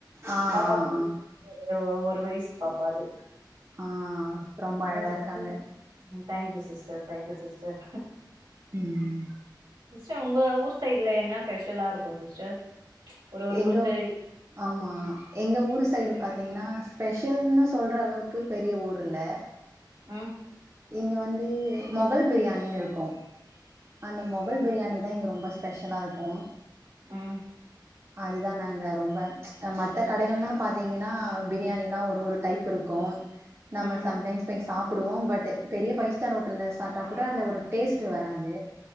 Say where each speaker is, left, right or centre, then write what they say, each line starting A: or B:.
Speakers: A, on the right; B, on the right.
A: ஆஹ்
B: பாப்பா
A: ஆஹ்
B: பாத்தீங்
A: ஆஹ்
B: ஒரு வயிசு பாப்பா அது
A: ஆஹ் ரொம்ப அழகாயிருக்காங்க
B: இப்ப பாத்தீங்கன்னா தேங்க்யூ சிஸ்டர் தேங்க்யூ சிஸ்டர்
A: உம்
B: சிஸ்டர் உங்க ஊர் சைட்ல என்ன ஸ்பெஷலாயிருக்கோ சிஸ்டர் ஒரு ஒரு
A: எங்க
B: ஊருக்கு
A: ஆமா எங்க ஊரு சைடு பாத்தீங்கன்னா ஸ்பெஷல்னு சொல்ற அளவுக்கு பெரிய ஊர்யில்ல
B: உம்
A: இங்க வந்து மொகல் பிரியாணினுயிருக்கோ அந்த மொகல் பிரியாணிதா இங்க ரொம்ப ஸ்பெஷலாயிருக்கோ
B: உம்
A: அதுதா நாங்க ரொம்ப மத்த கடைகள்லா பார்த்தீங்கன்னா பிரியாணிலா ஒரு ஒரு டைப்யிருக்கோ
B: ம்
A: நம்ம சம்டைம்ஸ் போய் சாப் புடுவோ பட் பெரிய ஃபைவ் ஸ்டார் ஹோட்டல்ல சாப்டா கூட அந்த ஒரு டேஸ்ட் வராது